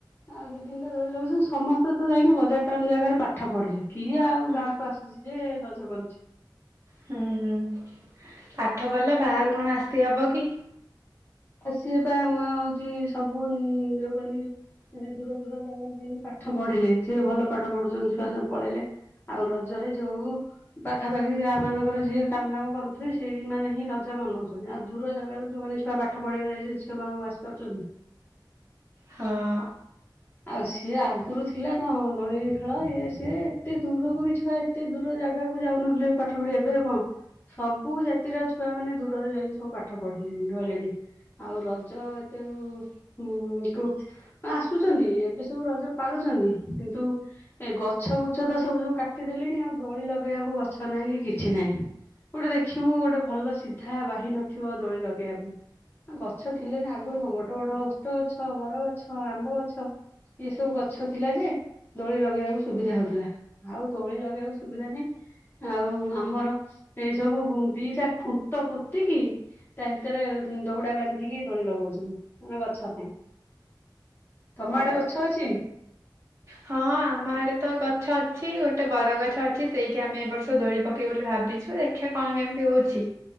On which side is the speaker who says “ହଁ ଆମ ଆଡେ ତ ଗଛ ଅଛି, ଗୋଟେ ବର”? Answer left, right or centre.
Right